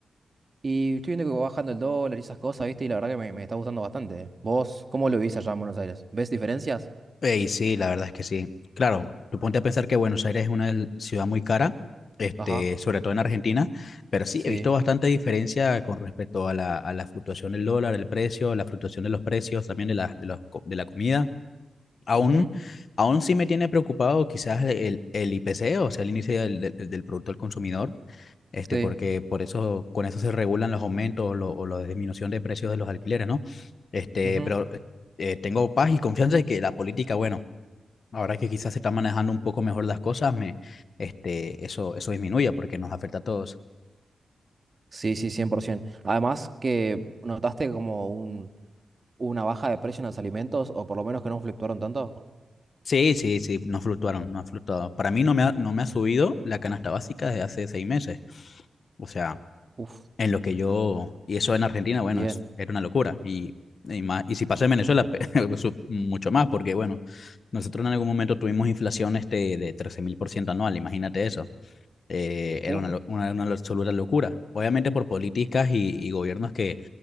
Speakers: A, on the right; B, on the left.
A: Y estoy viendo que va bajando el dólar y esas cosas, ¿viste? Y la verdad que me, me está gustando bastante. ¿Vos cómo lo vivís allá en Buenos Aires? ¿Ves diferencias?
B: Ey, sí, la verdad es que sí. Claro, tú ponte a pensar que Buenos Aires es una l- ciudad muy cara, este,
A: Ajá,
B: sobre todo en Argentina, pero sí,
A: sí.
B: he visto bastante diferencia con respecto a la, a la fluctuación del dólar, el precio, la fluctuación de los precios, también de la, de los co- de la comida. Aún,
A: ujú,
B: aún sí me tiene preocupado quizás el, el IPC, o sea, el índice del, del del Producto al Consumidor este,
A: sí.
B: porque por eso, con eso se regulan los aumentos lo- o la disminución de precios de los alquileres, ¿no? Este,
A: ujú.
B: pero eh, tengo paz y confianza de que la política, bueno, ahora que quizás se están manejando un poco mejor las cosas, me, este, eso, eso disminuye porque nos afecta a todos.
A: Sí, sí, 100%. Además que notaste como un, una baja de precio en los alimentos, o por lo menos que no fluctuaron tanto.
B: Sí, sí, sí, no fluctuaron, no han fluctuado. Para mí no me ha, no me
A: Ok.
B: ha subido la canasta básica desde hace seis meses. O sea,
A: Uf,
B: en lo que yo, y eso en Argentina, bueno,
A: bien.
B: es, era una locura. Y, y más, y si pasa en Venezuela, pe- <laughs> su- mucho más, porque bueno, nosotros en algún momento tuvimos inflación este de 13.000% anual, imagínate eso. Eh, era
A: Uf.
B: una, lo- una, una absoluta locura. Obviamente por políticas y, y gobiernos que,